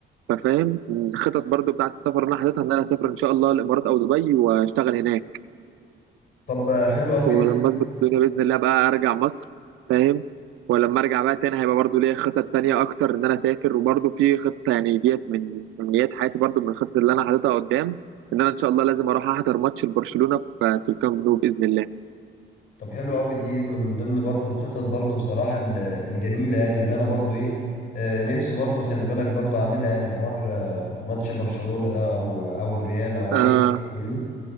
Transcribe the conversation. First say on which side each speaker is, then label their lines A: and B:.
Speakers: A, on the right; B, on the left.
A: ففاهم الخطط برضه بتاعت السفر اللي انا حاططها ان انا اسافر ان شاء الله الامارات او دبي واشتغل هناك
B: طب حلو قوي
A: ولما
B: ده
A: اظبط الدنيا باذن الله بقى ارجع مصر فاهم ولما ارجع بقى تاني هيبقى برضو ليا خطط تانية اكتر ان انا اسافر وبرضو في خطه يعني ديت من امنيات حياتي برضو من الخطط اللي انا حاططها قدام ان انا ان شاء الله لازم اروح احضر ماتش لبرشلونه في في الكامب نو باذن الله
B: طب حلو قوي دي من ضمن برضو الخطط برضو بصراحة ال- الجميلة يعني اللي انا برضو ايه آه، نفسي برضو خلي بالك برضو اعملها يعني حوار آه، ماتش برشلونة ده او او الريال او
A: اه
B: اي حاجة فاهمني